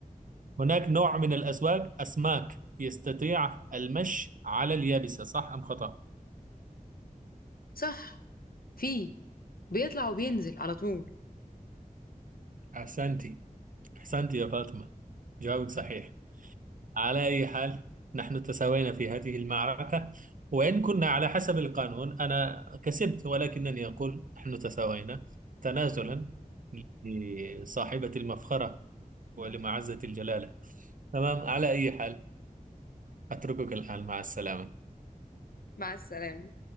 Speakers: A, on the right; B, on the left.
A: هناك نوع من الأسواك أسماك يستطيع المشي على اليابسة صح أم خطأ
B: صح في بيطلع وبينزل على طول
A: أحسنتي أحسنتي يا فاطمة جوابك صحيح على أي حال نحن تساوينا في هذه المعركة وإن كنا على حسب القانون أنا كسبت ولكنني أقول نحن تساوينا تنازلا لصاحبة المفخرة ولمعزة الجلالة تمام على أي حال أتركك الآن مع السلامة
B: مع السلامة